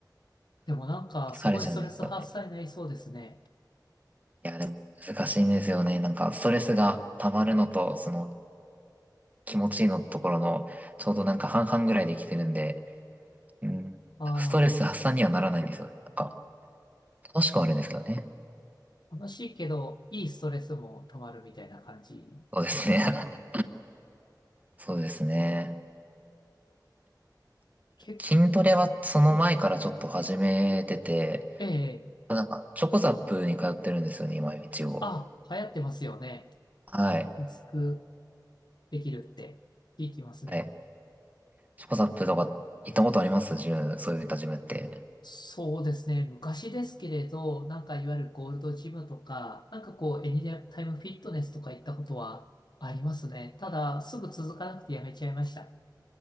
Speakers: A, on the left; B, on the right.
A: でもなんか、
B: 疲れちゃうんですよね。
A: すごいストレス発散になりそうですね。
B: いや、でも難しいんですよね。なんか、ストレスが溜まるのと、その気持ちいいのところの、ちょうどなんか半々ぐらいできてるんで、うん、
A: あ
B: ストレス発散にはならないんですよね。なんか、楽しくはあるんですけどね。
A: あ、楽しいけど、いいストレスも溜まるみたいな感じですかね。
B: そうですね。<laughs> そうですね。
A: 結
B: 筋トレはその前からちょっと始めてて、
A: 構、ええ
B: なんか、チョコザップに通ってるんですよね、今一応。
A: あ、流行ってますよね。
B: はい。
A: 安くできるって聞きますね。
B: はいチョコザップとか行ったことありますジム、そういったジムって。
A: そうですね。昔ですけれど、なんかいわゆるゴールドジムとか、なんかこう、エニタイムフィットネスとか行ったことはありますね。ただ、すぐ続かなくてやめちゃいました。